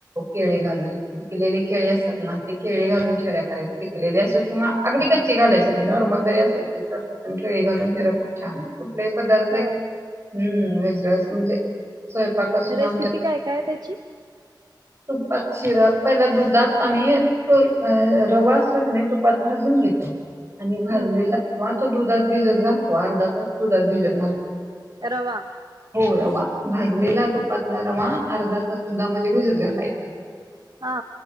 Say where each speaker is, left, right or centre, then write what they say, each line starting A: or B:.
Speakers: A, on the right; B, on the right.
A: केळी घालून पिकलेले केळी असतात ना ते केळी घालून शिरा करायचं पिकलेले असो किंवा अगदी कच्च. कच्ची घालायच नाही नॉर्मल जरी असेल तरी चालतात पण केळी घालून शिरा खूप छान होतो कुठल्याही. पदार्थ
B: होय
A: आहे हम्म वेगळच म्हणजे स्वयंपाकात सुद्धा
B: रेसिपी
A: आमच्या.
B: काय काय त्याची
A: तुपात शिरा पहिला दुधात आम्ही तो अं रवा असतोय की नाही तुपात भाजून. आणि भाजलेला
B: हम्म
A: तो रवा दुधात भिजत घालतो अर्धा तास दुधात भिजत घालतो.
B: रवा.
A: हो रवा भाजलेला तुपातला रवा अर्धा तास दुधामध्ये भिजत घालायचा.
B: हा.